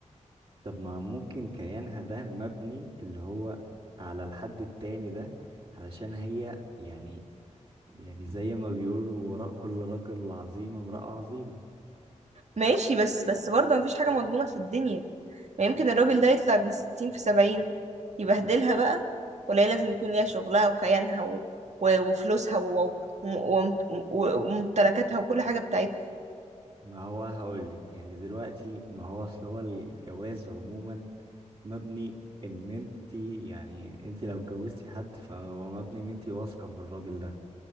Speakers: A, on the right; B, on the right.
A: طب ما ممكن كيانها ده مبني اللي هو على الحد التاني ده علشان هي يعني يعني زي ما بيقولوا وراء كل رجل عظيم امرأة عظيمة
B: ماشي بس بس برضه مفيش حاجة مضمونة في الدنيا ما يمكن الراجل ده يطلع من ستين في سبعين يبهدلها بقى ولا هي لازم يكون ليها شغلها وكيانها و... و... وفلوسها و... و... وم- و- وممتلكاتها وكل حاجة بتاعتها
A: ما هو هقولك يعني دلوقتي ما هو اصل هو الجواز عموما مبني ان انت يعني انت لو اتجوزتي حد فهو مبني ان انت واثقة في الراجل ده